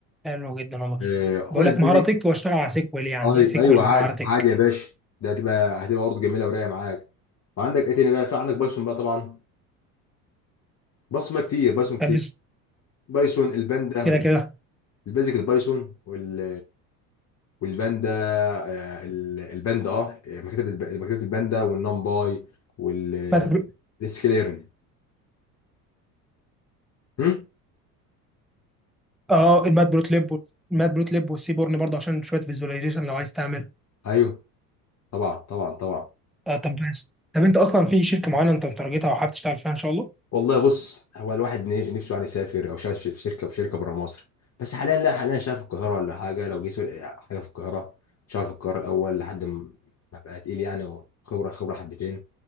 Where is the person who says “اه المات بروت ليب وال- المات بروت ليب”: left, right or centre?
Centre